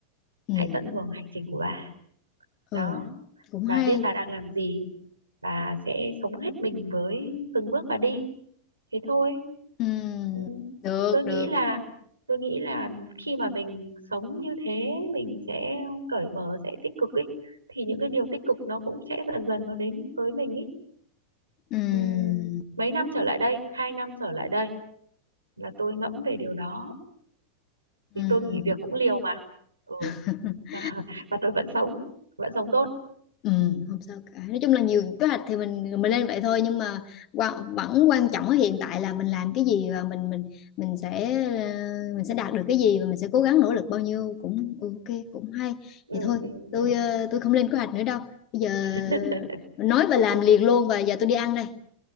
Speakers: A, on the left (about 35°); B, on the right (about 80°).
A: ừm,
B: hãy tận hưởng hành trình của bà
A: ừ
B: đó
A: cũng
B: bà
A: hay
B: biết bà đang làm gì bà sẽ sống hết mình với từng bước bà đi thế thôi
A: Ừm,
B: Ừ.
A: được
B: tôi nghĩ
A: được
B: là tôi nghĩ là khi mà mình sống như thế mình sẽ cởi mở sẽ tích cực ấy thì những cái điều tích cực nó cũng sẽ dần dần nó đến với mình ấy
A: Ừm,
B: Ừm, mấy năm trở lại đây hai năm trở lại đây là tôi ngẫm về điều đó vì
A: ừm.
B: tôi nghỉ việc cũng liều mà ừ
A: <laughs>
B: và và tôi vẫn sống vẫn sống tốt
A: Ừ,
B: ừ.
A: không sao cả. Nói chung là nhiều kế hoạch thì mình mình lên vậy thôi nhưng mà quan,
B: ừ,
A: vẫn quan trọng ở hiện tại là mình làm cái gì và mình mình mình sẽ ờ, mình sẽ đạt được cái gì và mình sẽ cố gắng nỗ lực bao nhiêu cũng ok cũng hay.
B: Ừ,
A: Vậy thôi,
B: ừ,
A: tôi
B: ừ.
A: ờ, tôi không lên kế hoạch nữa đâu. Bây giờ
B: <laughs>
A: nói và làm liền luôn và giờ tôi đi ăn đây.